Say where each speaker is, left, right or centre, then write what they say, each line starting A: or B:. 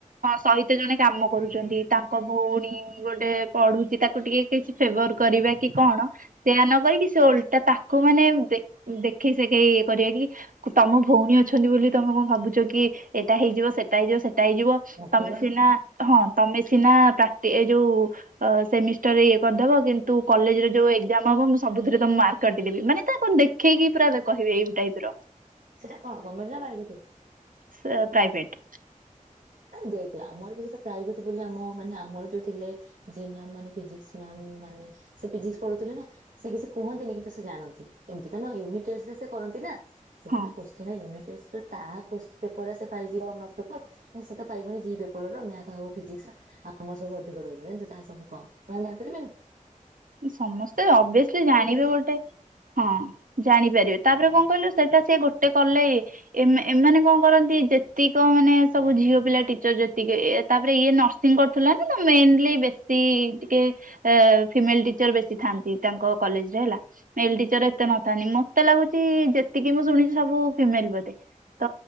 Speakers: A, on the right; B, on the right.
A: ସହିତ ଜଣେ କାମ କରୁଚନ୍ତି ତାଙ୍କ ଭଉଣୀ ଗୋଟେ ପଢୁଚି ତାକୁ ଟିକେ କିଛି ଫେଭର କରିବା କି କଣ? ସେୟା ନକରିକି ସେ ଓଲଟା ତାକୁ ମାନେ ଦେ ଦେଖେଇ ସେଖେଇ ଇ କରିବା କି ତମ ଭଉଣୀ ଅଛନ୍ତି ବୋଲି ତମେ କଣ ଭାବୁଚ କି ଏଇଟା ହେଇଯିବ ସେଟା ହେଇଯିବ ସେଟା ହେଇଯିବ ତମେ
B: ଭଗବାନ
A: ସିନା ହଁ ତମେ ସିନା କାଟେ ଏ ଯୋଉ ଅ ସେମିଷ୍ଟର ରେ ଇଏ କରିଦବ କିନ୍ତୁ କଲେଜର ଯୋଉ ଏଗଜାମ ହବ ମୁଁ ସବୁଥିରେ ତମ୍ ମାର୍କ କାଟିଦେବି ମାନେ ତା କଣ ଦେଖେଇକି ପୁରା କହିବେ ଏଇଟାଇପର।
B: ସେଟା କଣ ଗମେଟ୍ ନା ପ୍ରାଇଭେଟ୍?
A: ସ ପ୍ରାଇଭେଟ୍।
B: ଦେଖ ଆମର ବି ସେଟା ପ୍ରାଇଭେଟ ବୋଲି ଆମ ମାନେ ଆମର ଯୋଉ ଥିଲେ ଜି ମ୍ୟାମ୍ ମାନେ ପିଜିକ୍ସ ମ୍ୟାମ୍ ମାନେ ସେ ଫିଜିକ୍ସ ପଢଉଥିଲେ ନା ସେ କିଛି କୁହନ୍ତିନି କିନ୍ତୁ ସେ ଜାଣନ୍ତି ଏମିତି କା ନ ୟୁନିଟେଷ୍ଟ ରେ ସେ କରନ୍ତି ନା। ସେ
A: ହଁ
B: ସିନା କୋଶ୍ଚିନ୍ ରା ୟୁନିଟେଷ୍ଟ ରେ ତା କୋଶ୍ ପେପର ରା ସେ ପାଇଯିବ ଅନର୍ଶ ପେପର। ମୁଁ ସେ ତ ପାଇବନି ଜି ପେପର ର ମ୍ୟାଥ ଆଉ ଫିଜିକ୍ସ ର ଆମର ସବୁ ଅଧିକ ରହିବ ଜାଣିଚୁ ତାର ସବୁ କମ୍ <unintelligible> ଉଁ।
A: ସମସ୍ତେ ଅବିଅସଲି ଜାଣିବେ
B: ଦିଅନ୍ତି।
A: ଗୋଟେ ହଁ ଜାଣିପାରିବେ। ତାପରେ କଣ କଇଲୁ ସେଟା ସିଏ ଗୋ ଟେ କଲେ ଇଏ ଏ-ଏମାନେ କଣ କରନ୍ତି ଯେତିକ ମାନେ ସବୁ ଝିଅ ପିଲା ଟିଚର ଯେତିକି ଏ ତାପରେ ଇଏ ନର୍ସିଂ କରୁଥିଲା ନା ତ ମେନଲି ବେଶୀ ଟିକେ ଏ ଫିମେଲ ଟିଚର ବେଶୀ ଥାନ୍ତି ତାଙ୍କ କଲେଜରେ ହେଲା, ମେଲ ଟିଚର ଏତେ ନଥାନ୍ତି ମତେ ଲାଗୁଚି ଯେ ତିକି ମୁଁ ଶୁଣିଛି ସବୁ ଫିମେଲ ବୋଧେ। ତ